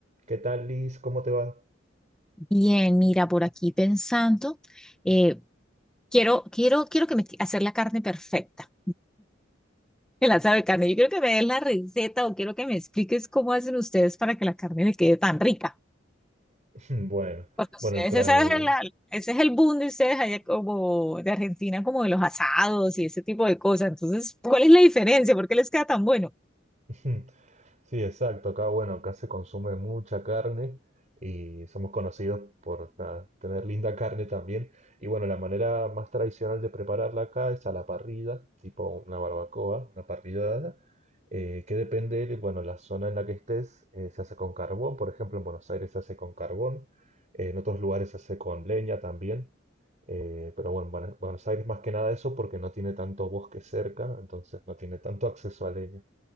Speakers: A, on the right; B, in the centre.
A: ¿Qué tal, Liz? ¿Cómo te va?
B: Bien, mira, por aquí pensando, eh, quiero, quiero, quiero que me hacer la carne perfecta, <laughs> el asado de carne. Yo quiero que me des la receta o quiero que me expliques cómo hacen ustedes para que la carne me quede tan rica.
A: <laughs> Bueno,
B: Porque
A: bueno,
B: ustedes,
A: el tra...
B: esa es la- ese es el boom de ustedes allá como de Argentina, como de los asados y ese tipo de cosas. Entonces, ¿cuál es la diferencia? ¿Por qué les queda tan bueno?
A: <laughs> Sí, exacto. Acá, bueno, acá se consume mucha carne y somos conocidos por nada, tener linda carne también. Y bueno, la manera más tradicional de prepararla acá es a la parrilla, tipo una barbacoa, una parrillada, eh, que depende de, bueno, la zona en la que estés, eh, se hace con carbón. Por ejemplo, en Buenos Aires se hace con carbón, eh, en otros lugares se hace con leña también. Eh, pero bueno, Buena- Buenos Aires más que nada eso porque no tiene tanto bosque cerca, entonces no tiene tanto acceso a leña.